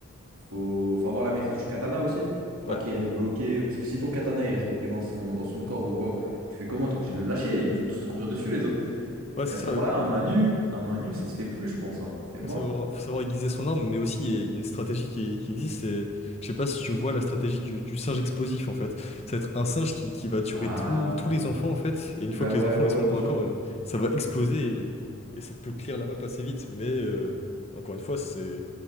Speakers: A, on the right; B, on the left.
A: Faut, faut avoir la maîtrise du katana aussi.
B: ouais,
A: Pas qu'il reste bloqué, parce que si ton katana il reste bloqué dans son, dans son corps ou quoi, tu fais comment? T'es obligé de le lâcher, ils vont tous te courir dessus les autres.
B: ouais, c'est
A: Et à ce
B: ça.
A: moment-là, un main nue, un main nue, ça se fait plus, je pense, hein. C'est mort.
B: Faut savoir, faut savoir aiguiser son arme, mais aussi il y a il y a une stratégie qui, qui existe. C'est, je sais pas si tu vois la stratégie du, du singe explosif en fait. Ça va être un singe qui, qui va tuer
A: Ah,
B: tous tous les enfants en fait. Et une
A: qui
B: fois
A: va,
B: que
A: ouais,
B: les enfants
A: ouais,
B: ils seront
A: ouais,
B: encore
A: bien sûr.
B: à corps, euh, ça va exploser et, et ça peut clear la map assez vite. Mais euh, encore une fois, c'est